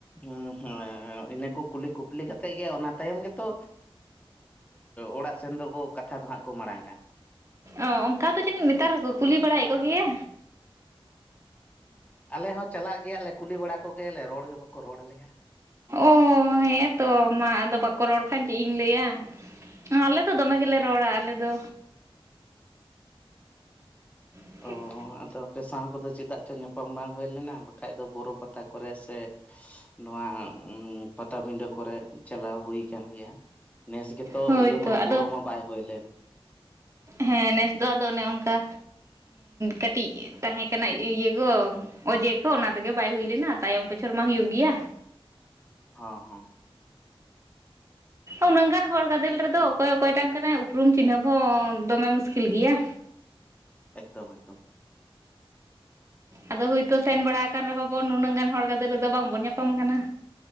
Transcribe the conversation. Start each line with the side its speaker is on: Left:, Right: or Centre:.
Left: ᱩᱸ ᱦᱮᱸ ᱤᱱᱟᱹ ᱠᱚ ᱠᱩᱞᱤ ᱠᱚ ᱞᱤ ᱠᱟᱛᱮᱫ ᱜᱮ ᱚᱱᱟ ᱛᱟᱭᱚᱢ ᱜᱮᱛᱚ ᱚᱲᱟᱜ ᱥᱮᱱ ᱫᱚᱠᱚ ᱠᱟᱛᱷᱟ ᱫᱚ ᱦᱟᱸᱜ ᱠᱚ ᱢᱟᱲᱟᱝᱼᱟ᱾
Right: ᱚ ᱚᱱᱠᱟ ᱫᱚ ᱡᱟᱹᱱᱤᱡ ᱱᱮᱛᱟᱨ ᱦᱚᱸᱠᱚ ᱠᱩᱞᱤ ᱵᱟᱲᱟᱭᱮᱫ ᱠᱚᱜᱮᱭᱟ᱾
Left: ᱟᱞᱮ ᱦᱚᱸ ᱪᱟᱞᱟᱜ ᱜᱮᱭᱟ ᱞᱮ ᱠᱩᱞᱤ ᱵᱟᱲᱟ ᱠᱚᱜᱮᱭᱟᱞᱮ ᱨᱚᱲ ᱜᱮ ᱵᱟᱠᱚ ᱨᱚᱲ ᱟᱞᱮᱭᱟ᱾
Right: ᱚ ᱦᱮᱸ ᱛᱚ ᱢᱟ ᱟᱫᱚ ᱵᱟᱠᱚ ᱨᱚᱲ ᱠᱷᱟᱱ ᱪᱮᱫ ᱤᱧ ᱞᱟᱹᱭᱟ᱾ ᱟᱞᱮ ᱫᱚ ᱫᱚᱢᱮ ᱜᱮᱞᱮ ᱨᱚᱲᱟ ᱟᱞᱮ ᱫᱚ <inaudible>
Left: ᱚ ᱟᱫᱚ ᱟᱯᱮ ᱥᱟᱶ ᱠᱚᱫᱚ ᱪᱮᱫᱟᱜ ᱪᱚᱝ ᱧᱟᱯᱟᱢ ᱵᱟᱝ ᱦᱩᱭ ᱞᱮᱱᱟ ᱵᱟᱠᱷᱟᱡ ᱫᱚ ᱵᱚᱨᱚ ᱯᱟᱛᱟ ᱠᱚᱨᱮ ᱥᱮ ᱱᱚᱣᱟ ᱯᱟᱴᱟᱵᱤᱸᱰᱟᱹ ᱠᱚᱨᱮ ᱪᱟᱞᱟᱣ ᱦᱳᱭ ᱠᱟᱱ ᱜᱮᱭᱟ ᱱᱮᱥ ᱜᱮ ᱛᱚ
Right: ᱦᱳᱭᱛᱚ
Left: ᱤᱭᱟᱹ ᱢᱟ
Right: ᱟᱫᱚ
Left: ᱵᱚᱨᱚ ᱢᱟ ᱵᱟᱭ ᱦᱳᱭ ᱞᱮᱱ
Right: ᱦᱮᱸ ᱱᱮᱥ ᱫᱚ ᱟᱫᱚ ᱚᱱᱮ ᱚᱱᱠᱟ ᱠᱟᱹᱴᱤᱡ ᱛᱟᱦᱮᱸ ᱠᱟᱱᱟ ᱤᱭᱟᱹ ᱤᱭᱟᱹ ᱠᱚ, ᱚᱡᱮ ᱠᱚ ᱚᱱᱟ ᱛᱮᱜᱮ ᱵᱟᱭ ᱦᱩᱭ ᱞᱮᱱᱟ ᱛᱟᱭᱚᱢ ᱵᱚᱪᱷᱚᱨ ᱢᱟ ᱦᱩᱭᱩᱜ ᱜᱮᱭᱟ᱾
Left: ᱦᱚᱸ ᱦᱚᱸ
Right: ᱩᱱᱟᱹᱜ ᱜᱟᱱ ᱦᱚᱲ ᱜᱟᱫᱮᱞ ᱨᱮᱫᱚ ᱚᱠᱚᱭ ᱚᱠᱚᱭᱴᱟᱝ ᱠᱟᱱᱟᱭ ᱩᱯᱨᱩᱢ ᱪᱤᱱᱦᱟᱹᱯ ᱦᱚᱸ ᱫᱚᱢᱮ ᱢᱩᱥᱠᱤᱞ ᱜᱮᱭᱟ,
Left: ᱮᱠᱫᱚᱢ ᱮᱠᱫᱚᱢ᱾
Right: ᱟᱫᱚ ᱦᱳᱭᱛᱚ ᱥᱮᱱ ᱵᱟᱲᱟ ᱠᱟᱱ ᱨᱮᱦᱚᱸ ᱵᱚᱱ ᱱᱩᱱᱟᱹᱜ ᱜᱟᱱ ᱦᱚᱲ ᱜᱟᱫᱮᱞ ᱨᱮᱫᱚ ᱵᱟᱝᱵᱚᱱ ᱧᱟᱯᱟᱢ ᱠᱟᱱᱟ᱾